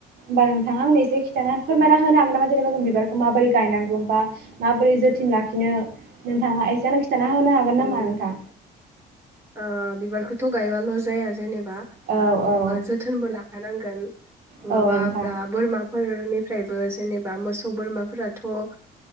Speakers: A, on the right; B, on the right.
A: बां नोंथाङा आंनो एसे खिथाना फोरमाना होनो हा <unintelligible> जेनेबा बिबारखौ माबोरै गायनांगौ बा माबोरै जोथोन लाखि बिदिनो नोंथाङा एसे <unintelligible> खिथाना होनो हागोन
B: उम
A: नामा नोंथां?
B: ओ बिबारखौथ' गायबाल' जाया जेनेब बा
A: औ औ
B: जोथोनबो लाखानांगोन नङाबा
A: औ नोंथां
B: दा बोरमा फोरनिफ्रायबो जेनेबा मोसौ बोरमाफोराथ' ओ